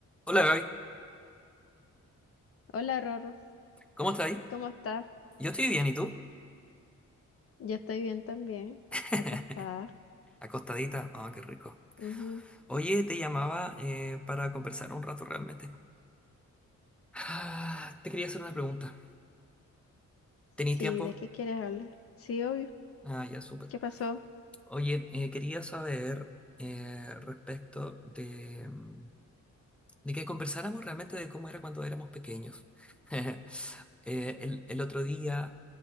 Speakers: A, in the centre; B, on the left (about 50°).
A: Hola Gaby,
B: Hola Rorro,
A: ¿cómo estás ahí?
B: ¿cómo estás?
A: Yo estoy bien, ¿y tú?
B: Yo estoy bien también,
A: <laughs>
B: acostada.
A: Acostadita, ah, qué rico.
B: Ujú.
A: Oye, te llamaba eh, para conversar un rato realmente. Ah, te quería hacer una pregunta. ¿Tenéis
B: Sí,
A: tiempo?
B: ¿de qué quieres hablar? Sí, obvio.
A: Ah, ya, súper.
B: ¿Qué pasó?
A: Oye, eh, quería saber eh, respecto de, mm, de que conversáramos realmente de cómo era cuando éramos pequeños. <laughs> Eh, el, el otro día